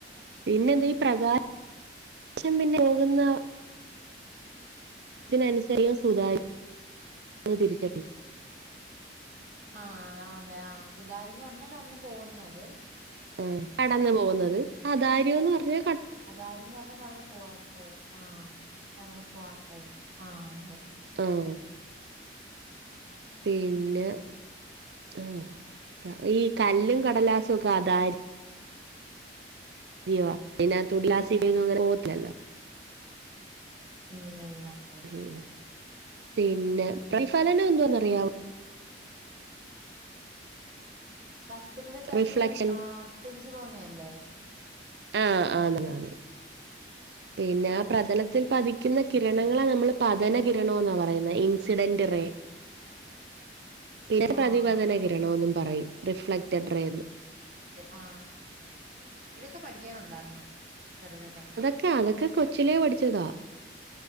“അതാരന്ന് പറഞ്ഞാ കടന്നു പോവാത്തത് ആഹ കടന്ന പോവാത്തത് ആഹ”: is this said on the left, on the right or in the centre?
Right